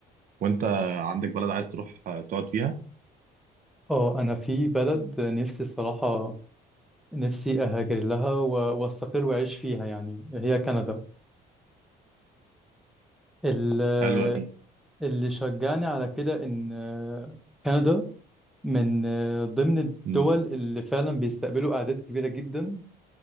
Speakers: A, on the right; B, in the centre.
A: وانت عندك بلد عايز تروح آه، تقعد فيها
B: اه انا في بلد نفسي الصراحة نفسي اهاجر لها و- واستقر واعيش فيها يعني هي كندا ال-
A: حلوه دي
B: اللي شجعني على كده ان كندا من ضمن الدول
A: امم
B: اللي فعلا بيستقبلوا اعداد كبيرة جدا